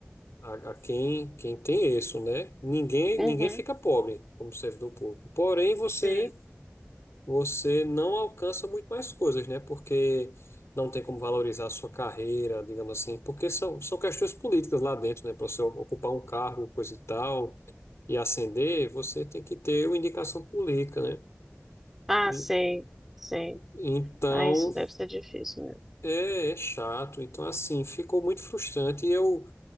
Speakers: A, on the left; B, in the centre.
A: a, a quem, quem tem isso, né? Ninguém,
B: uhum.
A: ninguém fica pobre como servidor público. Porém, você,
B: Sei.
A: você não alcança muito mais coisas, né? Porque não tem como valorizar a sua carreira, digamos assim, porque são, são questões políticas lá dentro, né? Para você ocupar um cargo, coisa e tal, e ascender, você tem que ter uma indicação política, né?
B: Ah,
A: E-
B: sei, sei.
A: Então.
B: Ah, isso deve ser difícil mesmo.
A: É, é chato. Então, assim, ficou muito frustrante. E eu,